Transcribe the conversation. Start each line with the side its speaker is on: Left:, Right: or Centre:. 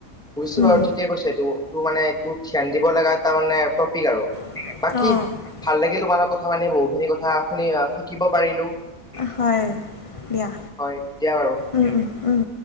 Centre: বুজিছোঁ
Left: উম,
Centre: বাৰু ঠিকে কৈছা এইটো, এইটো মানে এটো ধ্যান দিব লগা এটা মানে টপিক আৰু।
Left: <unintelligible>
Centre: বাকী
Left: অ।
Centre: ভাল লাগিল তোমাল কথা পানি বহুখিনি কথা শুনি শিকিব পাৰিলো।
Left: হয় দিয়া
Centre: হয় দিয়া বাৰু।
Left: উম উম উম।